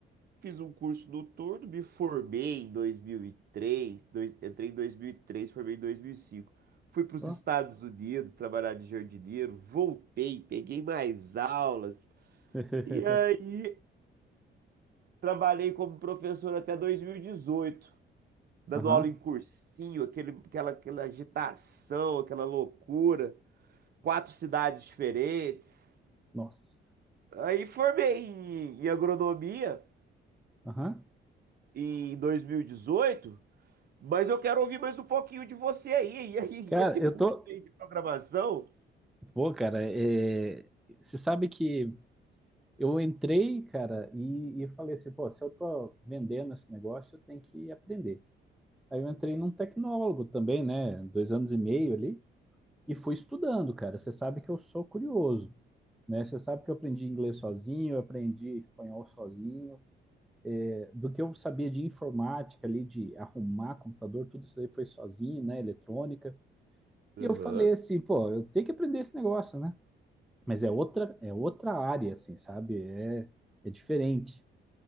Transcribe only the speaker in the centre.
ó.
<laughs>
Aham,
nossa.
Aham.
Cara,
eu
tô.
Pô, cara, é... você sabe que eu entrei, cara, e, e falei assim, pô, se eu tô vendendo esse negócio, eu tenho que aprender. Aí eu entrei num tecnólogo também, né? Dois anos e meio ali, e fui estudando, cara. Você sabe que eu sou curioso, né? Você sabe que eu aprendi inglês sozinho, eu aprendi espanhol sozinho. É, Do que eu sabia de informática ali, de arrumar computador, tudo isso aí foi sozinho, né? Eletrônica.
E eu falei assim, pô, eu tenho que aprender esse negócio, né? Mas é outra, é outra área, assim, sabe? É, é diferente.